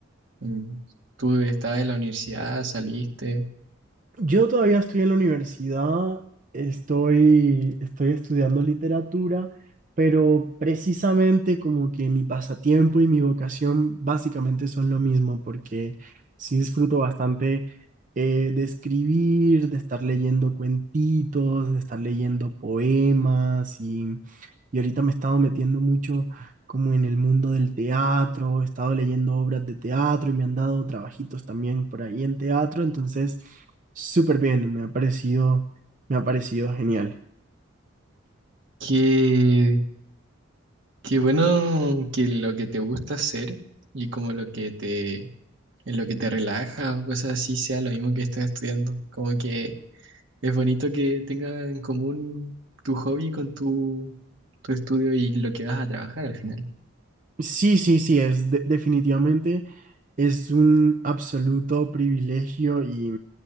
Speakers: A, on the right; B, on the right.
A: mm, ¿Tú estás en la universidad? ¿Saliste?
B: Yo todavía estoy en la universidad, estoy, estoy estudiando literatura, pero precisamente como que mi pasatiempo y mi vocación básicamente son lo mismo, porque sí disfruto bastante eh, de escribir, de estar leyendo cuentitos, de estar leyendo poemas y, y ahorita me he estado metiendo mucho como en el mundo del teatro, he estado leyendo obras de teatro y me han dado trabajitos también por ahí en teatro, entonces súper bien, me ha parecido, me ha parecido genial.
A: Qué, qué bueno que lo que te gusta hacer y como lo que te, en lo que te relaja o cosas así sea lo mismo que estás estudiando. Como que es bonito que tenga en común tu hobby con tu, tu estudio y lo que vas a trabajar al final.
B: Sí, sí, sí, es de- definitivamente es un absoluto privilegio y,